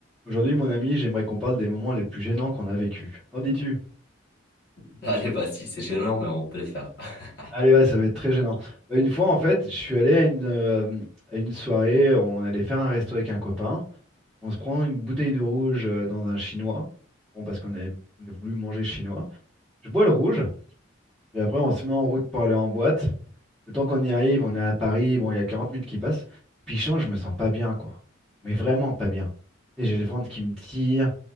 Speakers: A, in the centre; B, on the left.
A: Aujourd'hui, mon ami, j'aimerais qu'on parle des moments les plus gênants qu'on a vécus. Qu'en dis-tu?
B: <laughs> Allez, vas-y, c'est gênant, mais on peut le faire. <laughs>
A: Allez, ouais, ça va être très gênant. Bah, une fois, en fait, je suis allé à une, euh, à une soirée, on allait faire un resto avec un copain. On se prend une bouteille de rouge euh, dans un chinois. Bon, parce qu'on avait, on a voulu manger chinois. Je bois le rouge, puis après, on se met en route pour aller en boîte. Le temps qu'on y arrive, on est à Paris, bon, il y a 40 minutes qui passent. Puis, change, je me sens pas bien, quoi. Mais vraiment pas bien. Et J'ai le ventre qui me tire,